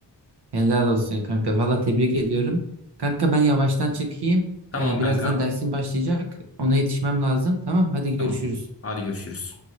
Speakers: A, on the right; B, on the left.
A: Helal olsun kanka. Valla tebrik ediyorum. Kanka ben yavaştan çıkayım.
B: Tamam
A: Ee,
B: kanka.
A: birazdan dersim başlayacak. Ona yetişmem lazım. Tamam, hadi görüşürüz.
B: Tamam. Hadi görüşürüz.